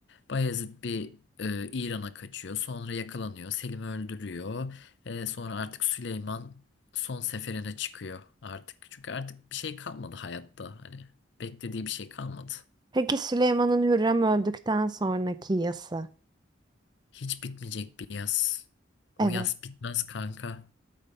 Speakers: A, on the left; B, on the right.
A: Bayezid bir e, İran'a kaçıyor. Sonra yakalanıyor. Selim'i öldürüyor. E, sonra artık Süleyman son seferine çıkıyor artık. Çünkü artık bir şey kalmadı hayatta. Hani beklediği bir şey kalmadı.
B: Peki Süleyman'ın Hürrem öldükten sonraki yası.
A: Hiç bitmeyecek bir yaz.
B: Evet.
A: O yaz bitmez kanka.